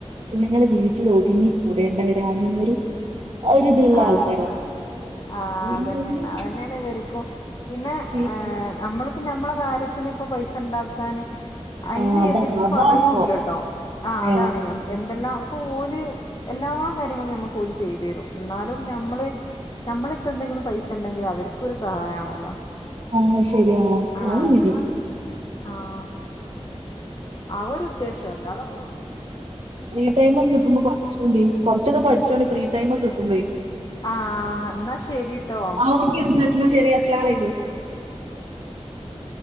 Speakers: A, on the right; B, on the left.
A: പെണ്ണുങ്ങള് വീട്ടിൽ ഒതുങ്ങിിക്കൂടേണ്ടവരാണ് എന്നൊരു ആ ഒരി ഇതുള്ള
B: ആ
A: ആൾക്കാരാണ്
B: ആ
A: <unintelligible>
B: ആഹ് <unintelligible> ഇവർക്കും പിന്നെ
A: ചെയ്ത
B: ഏഹ് നമ്മള പ്പോ ഞമ്മള കാര്യത്തിന് ഇപ്പ പൈസ ഉണ്ടാക്കാന് അയിന്
A: ആ അതാണ്
B: എതിർപ്പ്
A: അതാണിപ്പോ
B: പറയൂല്ലട്ടോ. ആ അതാണ്
A: ഏ
B: ഞാൻ എന്തെല്ലാം അപ്പൊ ഓല് എല്ലാ കാര്യങ്ങളും ഞമ്മക്ക് ഓല് ചെയ്തു തരും. എന്നാലും നമ്മള് നമ്മളിത്തെ എന്തെങ്കിലും പൈസ ഉണ്ടെങ്കിലും അവർക്കും ഒരു സഹായാണല്ലോ.
A: ആ ശരിഎന്നാ
B: ആഹ്
A: <unintelligible>
B: അങ്ങനെ ആഹ് അവരു ഉദ്ദേശം എന്ത? <unintelligible>
A: ഫ്രീടൈം ഒക്കെ കിട്ടുമ്പോ പഠിച്ചോണ്ട് കുറച്ചൊക്ക പഠിച്ചോണ്ട് ഫ്രീടൈമ് ഒക്കെ കിട്ടുമ്പയി
B: ആഹ് എന്നാ ശരിട്ടോ.
A: ആ ഓക്കെ മുത്തശ്ശി എന്നാ ശരി അസ്സലാംമലൈക്കും.
B: ആ <unintelligible> സ്സലാം.